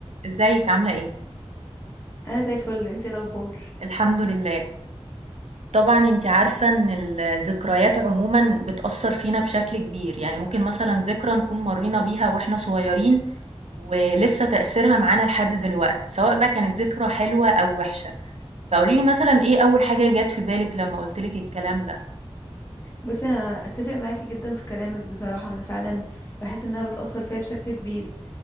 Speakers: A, on the right (about 80°); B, on the left (about 25°).
A: ازيك عاملة ايه؟
B: انا زي الفل انتي إيه الاخبار
A: الحمد لله طبعا انت عارفة ان الذكريات عموما بتأثر فينا بشكل كبير يعني ممكن مثلا ذكرى نكون مرينا بيها واحنا صغيرين ولسه تأثيرها معانا لحد دلوقت سواء بقى كانت ذكرى حلوة او وحشة فقوليلي مثلا ايه اول حاجة جت في بالك لما قلتلك الكلام ده؟
B: بصي انا اتفق معاكي جدا في كلامك بصراحه انا فعلا بحس انها بتاثر فيا بشكل كبير